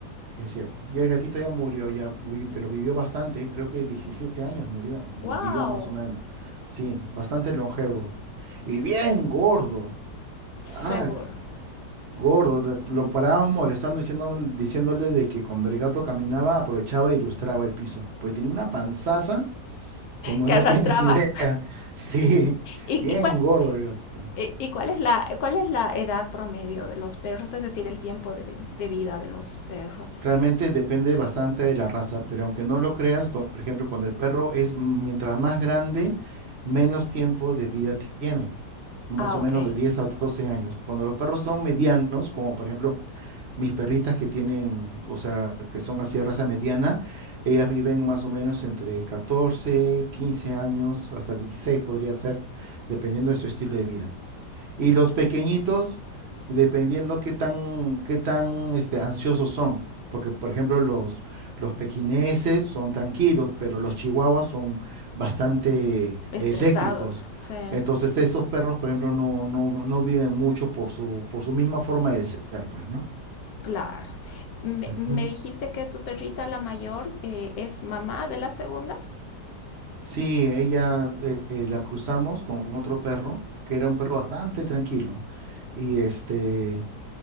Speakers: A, on the right; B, on the left.
A: es cierto. Y el gatito ya murió, ya vi- pero vivió bastante, creo que 17 años murió, vi-
B: ¡Wow!
A: vivió más o menos. Sí, bastante longevo. Y bien gordo. Ah,
B: Seguro.
A: gordo. Lo lo parábamos molestando, diciendo- diciéndole de que cuando el gato caminaba, aprovechaba e ilustraba el piso. Porque tenía una panzaza, como
B: Que
A: no
B: arrastraba.
A: tienes idea. <laughs> Sí,
B: ¿Y,
A: bien
B: y cuál,
A: gordo el gato.
B: y, y cuál, es la, cuál es la edad promedio de los perros? Es decir, el tiempo de, vi- de vida de los perros.
A: Realmente depende bastante de la raza, pero aunque no lo creas, por por ejemplo, cuando el perro es mm, mientras más grande, menos tiempo de vida tienen, más
B: Ah,
A: o menos
B: ok.
A: de 10 a 12 años. Cuando los perros son medianos, como por ejemplo mis perritas que tienen, o sea, que son así de raza mediana, ellas viven más o menos entre 14 15 años, hasta 16 podría ser, dependiendo de su estilo de vida. Y los pequeñitos, dependiendo qué tan, qué tan este, ansiosos son. Porque, por ejemplo, los, los pequineses son tranquilos, pero los chihuahuas son bastante
B: Estresados,
A: eléctricos.
B: sí.
A: Entonces, esos perros, por ejemplo, no, no, no viven mucho por su, por su misma forma de ser, pues, ¿no?
B: Claro. Me,
A: Ujú.
B: me dijiste que tu perrita, la mayor, eh, es mamá de la segunda.
A: Sí, ella eh, eh, la cruzamos con otro perro, que era un perro bastante tranquilo. Y este,